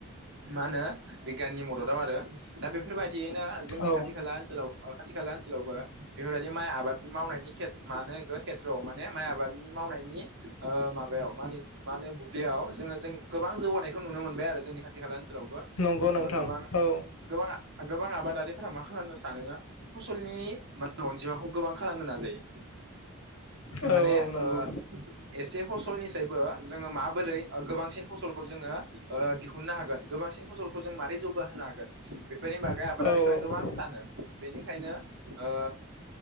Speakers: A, on the right; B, on the left.
A: मा होनो बिगियाननि मददाव आरो दा बेफोर बायदियैनो
B: औ
A: खाथि खाला ओनसोलाव ओ खाथि खाला ओनसोलावबो बेफोरबायदि माइ आबाद मावनायनि खेथ मानो बे खेथ्रआव माने माइ आबादनि मा मावनायनि ओ माबायाव मा होनो बुब्लियाव जोङो जों गोबां जौगानायखौ नुनो मोनबाय आरो जोंनि खाथि खाला ओनसोलावबो
B: नंगौ नोंथां
A: ओ गोबां
B: औ
A: गोबां आबादारि फोरा मा खालामनो सानो फसलनि माहोनो अनजिमाखौ गोबां खालामनो नाजायो। माने
B: औ नंगौ
A: ओ एसे फसलनिसायबो जोङो माबोरै ओ गोबांसिन फसलखौ जोङो ओ दिहुननो हागोन गोबां बांसिन फसलखौ जों मारै जौगाहोनो हागोन बेफोरनि बागै
B: औ
A: आबादारिफोरा
B: औ
A: गोबां सानो बेनिखायनो ओ